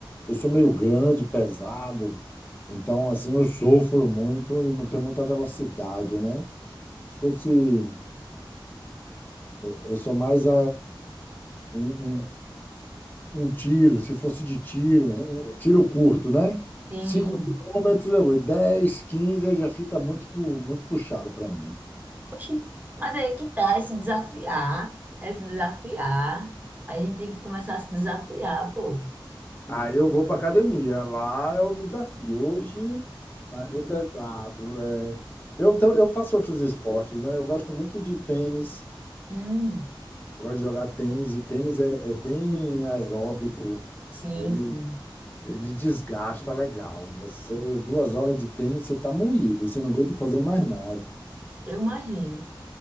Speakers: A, on the left; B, on the right.
A: Eu sou meio grande, pesado, então assim eu sofro muito e não tenho muita velocidade, né? Se fosse, eu sou mais eh, um, um- um tiro, se fosse de tiro, um um tiro curto, né?
B: Sim.
A: 5 quilômetros, eu- 10, 15 já fica muito, pu- muito puxado para mim.
B: Oxi, mas aí é que tá, é se desafiar, é se desafiar. A gente tem que começar a se desafiar, pô.
A: Aí eu vou para academia. Lá eu me desafio. Hoje vai ser pesado. é. Eu, então, eu faço outros esportes, né? Eu gosto muito de tênis.
B: Hum,
A: eu Gosto de jogar tênis. E tênis é, é bem aeróbico.
B: sim,
A: Ele,
B: sim.
A: ele desgasta legal. Você, duas horas de tênis, você está moído. Você não aguenta fazer mais nada.
B: Eu imagino.